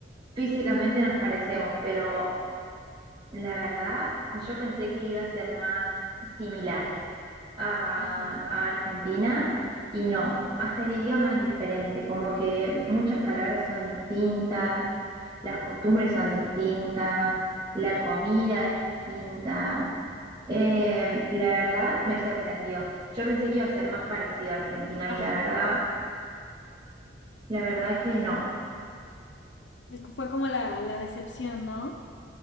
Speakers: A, on the right (about 25°); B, on the left (about 75°).
A: físicamente nos parecemos, pero la verdad, yo pensé que iba a ser más similar a,
B: Ajá.
A: a Argentina y no, hasta el idioma es diferente, como que muchas palabras son distintas, las costumbres son distintas, la comida es distinta. Eh, la verdad me sorprendió. Yo pensé que iba a ser más parecido a Argentina y
B: Ajá.
A: la verdad, la verdad que no.
B: Es que fue como la, la decepción, ¿no?